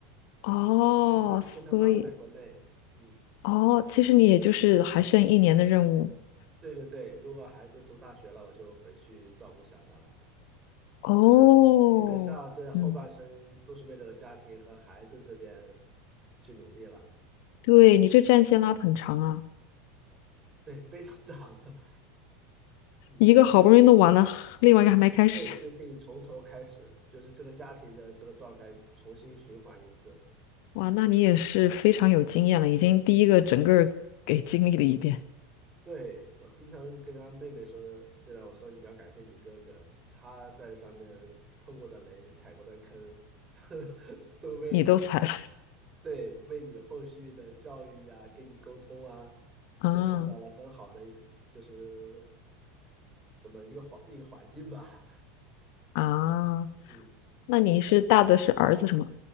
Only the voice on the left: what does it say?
哦，
所以
哦，其实你也就是还剩一年的任务
哦。
嗯。
对，你这战线拉的很长啊，
一个好不容易弄完了，<laughs> 另外一个还没开始。
哇，那你也是非常有经验了，已经第一个整个儿给经历了一遍，
你都踩了
<laughs> 啊
啊！
那你是大的是儿子是吗？